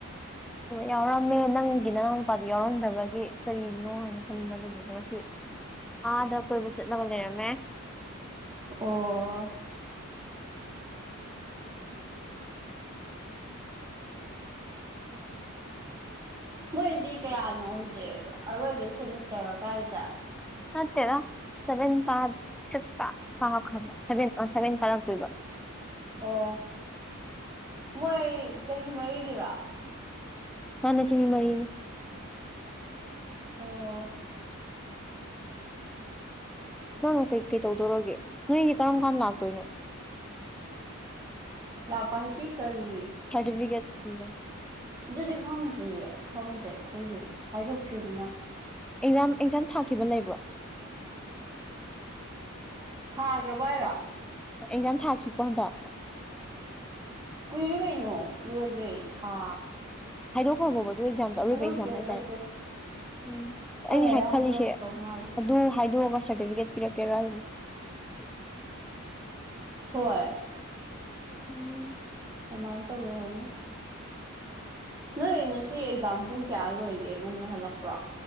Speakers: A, in the centre; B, on the right.
A: ꯌꯥꯎꯔꯝꯃꯦ ꯅꯪꯒꯤ ꯅꯅꯥꯎ ꯅꯨꯄꯥꯗꯤ ꯌꯥꯎꯔꯝꯗꯕꯒꯤ ꯀꯔꯤꯒꯤꯅꯣ ꯍꯥꯏꯅ ꯈꯟꯕ ꯑꯗꯨꯕꯨ ꯉꯁꯤ ꯑꯥꯗ ꯀꯣꯏꯕ ꯆꯠꯂꯒ ꯂꯩꯔꯝꯃꯦ
B: ꯑꯣ ꯃꯣꯏꯗꯤ ꯀꯌꯥꯅꯣ ꯍꯧꯖꯤꯛ ꯑꯔꯣꯏꯕ ꯁꯦꯃꯤꯁꯇꯔ‌ꯣ ꯀꯥꯏꯖ‌ꯦ
A: ꯅꯠꯇ‌ꯦꯗ ꯁꯚꯦꯟ ꯀꯥ ꯁꯤꯛꯁꯀ ꯀꯥꯛꯈ꯭ꯔꯕ ꯁꯚ‌ꯦꯟ ꯁꯚꯦꯟ ꯀꯥꯔꯛꯇ‌ꯣꯏꯕ
B: ꯑꯣ ꯃꯣꯏ ꯆꯍꯤ ꯃꯔꯤꯒꯤꯔꯣ
A: ꯃꯥꯅ‌ꯦ ꯆꯍꯤ ꯃꯔꯤꯅꯦ
B: ꯑꯣ
A: ꯅꯪ ꯀꯩꯀꯩ ꯇꯧꯗꯧꯔꯒꯦ ꯅꯣꯏꯗꯤ ꯀꯔꯝ ꯀꯥꯟꯗ ꯂꯥꯛꯇꯣꯏꯅꯣ
B: ꯂꯥꯛꯄꯥ ꯍꯥꯏꯗꯤ ꯀꯔꯤ
A: ꯁꯔꯇꯤꯐꯤꯀꯦꯠ ꯀꯨꯝꯕ
B: ꯑꯗꯨꯗꯤ ꯈꯪꯗ꯭ꯔꯤꯌꯦ ꯈꯪꯗ‌ꯦ ꯑꯩꯈꯣꯏꯒꯤ ꯍꯥꯏꯗꯣꯛꯇ꯭ꯔꯤꯃꯤꯅ
A: ꯑꯦꯛꯖꯥꯝ ꯑꯦꯛꯖꯥꯝ ꯊꯥꯈꯤꯕ ꯂꯩꯕ꯭ꯔꯣ
B: ꯊꯥꯈ꯭ꯔꯕ ꯍꯥꯏꯔꯣ
A: ꯑꯦꯛꯖꯥꯝ ꯊꯥꯈꯤꯀꯣ ꯍꯟꯗꯛ
B: ꯀꯨꯏꯔꯦ ꯀꯩꯅꯣ ꯂꯣꯏꯈ꯭ꯔꯦ ꯊꯥ
A: ꯍꯥꯏꯗꯣꯛꯈ꯭ꯔꯕꯣ ꯑꯗꯨ ꯑꯦꯛꯖꯥꯝꯗꯣ ꯑꯔꯣꯏꯕ
B: ꯍꯥꯏꯗꯣꯛꯇ꯭ꯔꯤ
A: ꯑꯦꯛꯖꯥꯝ
B: ꯍꯥꯏꯗꯣꯛꯇ꯭ꯔꯤ
A: ꯍꯥꯏꯇꯥꯔꯦ ꯎꯝ
B: ꯈꯔ
A: ꯑꯩꯅ
B: ꯂꯩꯔ
A: ꯍꯥꯏ ꯈꯜꯂꯤꯁꯦ
B: ꯍꯥꯏꯗꯣꯔꯛꯇꯧ ꯃꯥꯜꯂꯦ
A: ꯑꯗꯨ ꯍꯥꯏꯗꯣꯛꯑꯒ ꯁꯥꯔꯇꯤꯗꯤꯕꯤꯒ‌ꯦꯠ ꯄꯤꯔꯛꯀꯦꯔꯥ ꯑꯗꯨꯅꯤ
B: ꯍꯣꯏ
A: ꯎꯝ
B: ꯑꯗꯨꯃꯥꯏꯅ ꯇꯧꯗ‌ꯣꯏ ꯑꯣꯏꯔꯝꯅꯤ ꯅꯣꯏ ꯉꯁꯤ ꯑꯦꯛꯖꯥꯝ ꯄꯨꯡ ꯀꯌꯥ ꯂꯣꯏꯒꯦ ꯉꯟꯅ ꯍꯜꯂꯛꯄ꯭ꯔꯣ